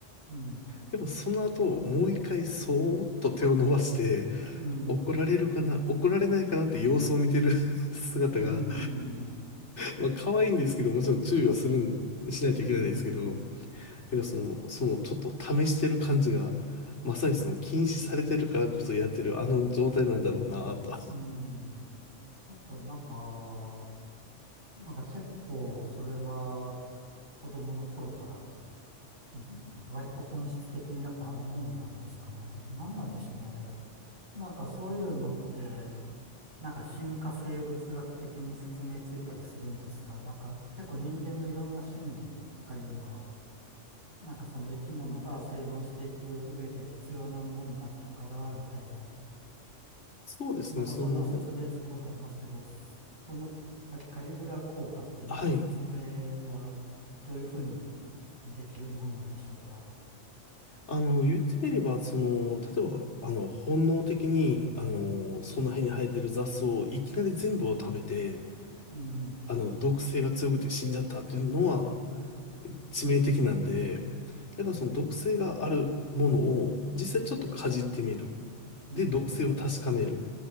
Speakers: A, on the right (about 45°); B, on the left (about 70°).
A: うん、
B: でもその後、もう一回そーっと手を伸ばして、
A: うん。
B: 怒られるかな、怒られないかなって様子を見てる <laughs> 姿が、
A: うん、
B: まあ、可愛いんですけど、もちろん注意はするん、しないといけないですけど、
A: うん、
B: なんかその、その、ちょっと試してる感じが、まさにその、禁止されてるからこそやってる、あの状態なんだろうなと。
A: うん。やっぱなんか、なんか結構それは子供の頃からうん割と本質的にやっぱあるものなんですかね。なんなんでしょうね、あれは。なんかそういうのって、なんか進化生物学的に説明ついたりするんですかなんか結構人間のいろんな心理とかいうのは、なんかその生き物が生存していく上で必要なもんだったから、みたいな。
B: そうですね、
A: なんかそんな説明つくことありますけど、
B: その、
A: そのカリ、カリグラ効果ってなんか説明はどういうふうに
B: はい。
A: できるもんなんでしょうか。
B: あの、言ってみれば、その、例えば、あの、本能的に、あの、その辺に生えてる雑草をいきなり全部を食べて、
A: うん、
B: あの、毒性が強くて死んじゃったっていうのは、致命的なんで、だからその毒性があるものを実際ちょっとかじってみる。
A: うん、うん、
B: で、毒性を確かめる。